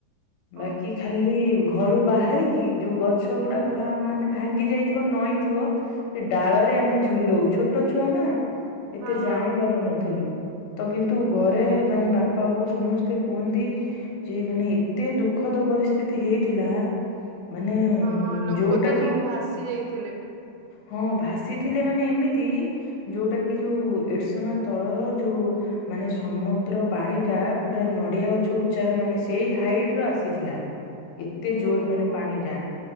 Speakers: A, on the right; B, on the left.
A: ହଉ
B: ବାକି
A: ହଉ
B: ଖାଲି ଘରୁ ବାହାରିକି ଯୋଉ ଗଛ ଗୁଡ଼ା ଭା ମାନେ ଭାଙ୍ଗି ଯାଇଥିବ ନଇଁଥିବ ସେ ଡାଳରେ ଆମେ ଝୁଲୁ ଛୋଟ ଛୁଆ ନା ଏତେ
A: ହଁ
B: ଜାଣି ପାରୁନଥିଲୁ। ତ କିନ୍ତୁ ଘରେ ମାନେ ବାପା ବୋଉ ସମସ୍ତେ କୁହନ୍ତି ଯେ ମାନେ ଏତେ ଦୁଃଖଦ ପରିସ୍ଥିତି ହେଇଥିଲା ମାନେ
A: ହଁ ଲୋକ
B: ଯୋଉଟା
A: ତ ସବୁ
B: କି
A: ଭାସି ଯାଇଥିଲେ।
B: ହଁ ଭାସିଥିଲେ ମାନେ ଏମିତି ଯୋଉଟା କି ଯୋଉ ଏରସମା ତଳର ଯୋଉ ମାନେ ସମୁଦ୍ର ପାଣିଟା ପୁରା ନଡିଆ ଗଛ ଉଚ୍ଚାର ମାନେ ସେଇ ହାଇଟ୍ ର ଆସିଥିଲା। ଏତେ
A: ଓହୋ
B: ଜୋର୍ ମାନେ ପାଣିଟା।